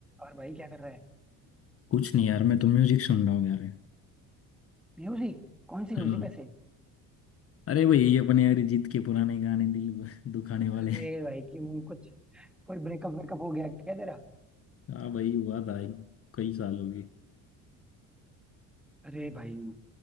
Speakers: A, in the centre; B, on the left.
A: और भाई क्या कर रहा है
B: कुछ नहीं यार मैं तो म्यूजिक सुन रहा हूँ यार
A: म्यूजिक कौन
B: हाँ
A: सी म्यूजिक वैसे
B: अरे वही अपने अरिजीत के पुराने गाने दिल <laughs> दुखाने वाले
A: अरे भाई क्यों कुछ कोई ब्रेकअप वेकअप हो गया क्या तेरा
B: हाँ भाई हुआ था कई साल हो गए
A: अरे भाई